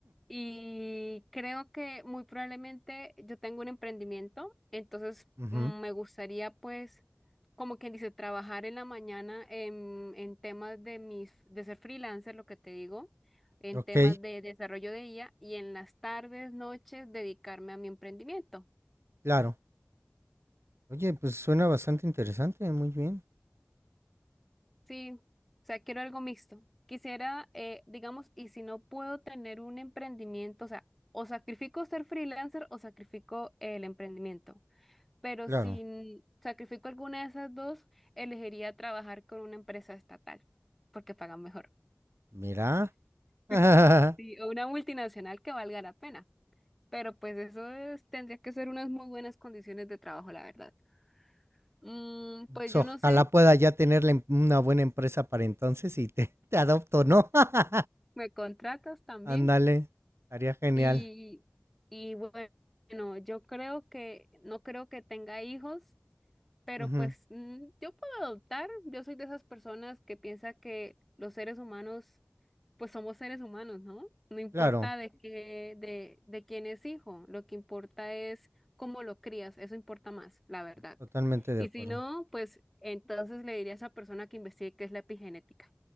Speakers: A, in the centre; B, on the right.
A: Y creo que muy probablemente yo tengo un emprendimiento, entonces
B: ujú.
A: mm, me gustaría pues, como quien dice, trabajar en la mañana en, en temas de mis, de ser freelancer, lo que te digo, en
B: Ok,
A: temas de desarrollo de IA y en las tardes, noches, dedicarme a mi emprendimiento.
B: claro. Oye, pues suena bastante interesante, muy bien.
A: Sí, o sea, quiero algo mixto. Quisiera, eh, digamos, y si no puedo tener un emprendimiento, o sea, o sacrifico ser freelancer o sacrifico el emprendimiento. pero
B: Claro.
A: si sacrifico alguna de esas dos, elegiría trabajar con una empresa estatal, porque pagan mejor.
B: Mira. <laughs>
A: <laughs> Sí, o una multinacional que valga la pena. Pero pues eso es- tendría que ser unas muy buenas condiciones de trabajo, la verdad. Mm, pues
B: So,
A: yo no sé,
B: ojalá pueda ya tener la em- una buena empresa para entonces y te, <laughs> te adopto, ¿no? <laughs>
A: me contratas también
B: Ándale, estaría genial.
A: y, y bueno, yo creo que, no creo que tenga hijos, pero
B: Ujú,
A: pues mm, yo puedo adoptar. Yo soy de esas personas que piensa que los seres humanos pues somos seres humanos, ¿no? No importa
B: Claro,
A: de qué, de, de quién es hijo, lo que importa es cómo lo crías, eso importa más, la verdad.
B: totalmente de
A: Y
B: acuerdo.
A: si no, pues entonces le diría a esa persona que investigue qué es la epigenética,